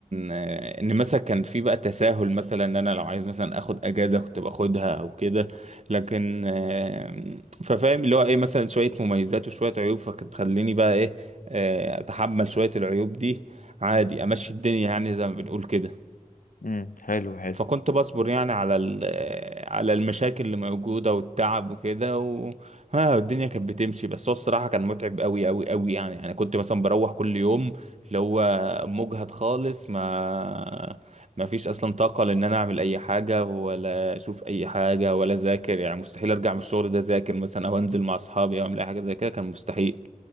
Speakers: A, on the right; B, on the left.
A: آه، ان مثلا كان في بقى تساهل مثلا ان انا لو عايز مثلا اخد اجازه كنت باخدها او كده لكن آه، ففاهم اللي هو ايه مثلا شويه مميزات وشويه عيوب فكانت تخليني بقى ايه آه، اتحمل شويه العيوب دي عادي امشي الدنيا يعني زي ما بنقول كده
B: امم حلو حلو
A: فكنت بصبر يعني على ال- آه، على المشاكل اللي موجودة والتعب وكده و... ها الدنيا كانت بتمشي بس هو الصراحة كان متعب قوي قوي قوي يعني يعني كنت مثلا بروح كل يوم اللي هو مجهد خالص ما ما فيش اصلا طاقة لان انا اعمل اي حاجة ولا اشوف اي حاجة ولا اذاكر يعني مستحيل ارجع من الشغل ده اذاكر مثلا او انزل مع اصحابي او اعمل اي حاجة زي كده كان مستحيل